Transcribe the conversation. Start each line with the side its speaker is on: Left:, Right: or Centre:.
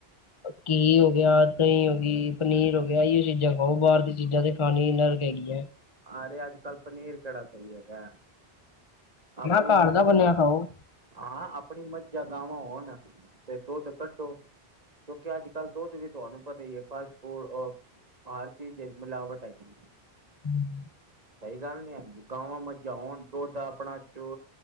Left: ਕੀ ਹੋ ਗਿਆ ਦਹੀ ਹੋਗੀ ਪਨੀਰ ਹੋ ਗਿਆ ਇਹ ਚੀਜ਼ਾਂ ਖਾਓ ਬਾਹਰ ਦੀਆਂ ਚੀਜ਼ਾਂ ਤੇ ਖਾਣੀ ਨਰਕ ਹੈਗੀ ਹੈ।
Right: ਆ ਰਿਹਾ ਅੱਜ ਕੱਲ ਪਨੀਰ ਕਿਹੜਾ ਸਹੀ ਹੈਗਾ। ਆਪਣੀ
Left: ਨਾ ਘਰ
Right: ਮ
Left: ਦਾ ਬਣਿਆ ਖਾਓ।
Right: ਹਾਂ ਆਪਣੀ ਮ ਜਾਂ ਗਾਵਾਂ ਹੋਣ ਤੇ ਤੂੰ ਤੇ ਕੱਢੋ ਕਿਉਂਕਿ ਅੱਜ ਕੱਲ ਦੁੱਧ ਵੀ ਤੁਹਾਨੂੰ ਪਤਾ ਹੀ ਹ ਫਾਸਟਫੂਡ ਹਰ ਚੀਜ ਮਿਲਾਵਟ ਹੈਗੀ ਏ।
Left: <inaudible>
Right: ਸਹੀ ਗੱਲ ਨਹੀਂ ਗਾਵਾਂ ਮੱਝਾਂ ਹੋਣ ਦੁਧ ਆਪਣਾ <unintelligible>